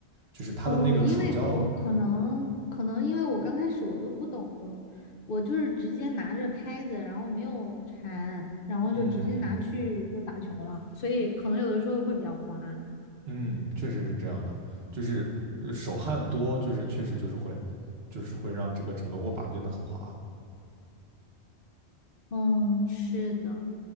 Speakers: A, on the right; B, on the left.
A: 就是它的那个手胶，
B: 哦，因为我可能可能因为我刚开始我都不懂，我就是直接拿着拍子，然后没有缠，然后就直接拿去就打球了，
A: 嗯
B: 所以可能有的时候会比较滑。
A: 嗯，确实是这样的，就是呃手汗多，就是确实就是会，就是会让这个整个握把变得很滑。
B: 嗯，是的，